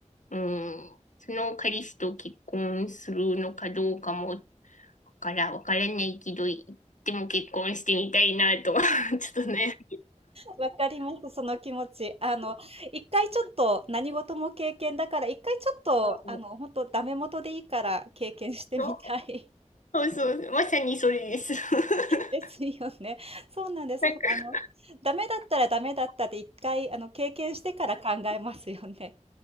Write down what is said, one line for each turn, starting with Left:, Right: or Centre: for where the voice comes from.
Left: うん、その彼氏と結婚するのかどうかも、わから、わからないけど、でも結婚してみたいなと、<laughs> ちょっとね。
Right: わかります、その気持ち。あの、一回ちょっと何事も経験だから、一回ちょっと、
Left: うん
Right: あの、ほんとダメ元でいいから経験してみたい。
Left: そうそうそう、まさにそれです。<laughs>
Right: ですよね。そうなんです。
Left: なんか
Right: あの、ダメだったらダメだったって一回、あの、経験してから考えますよね。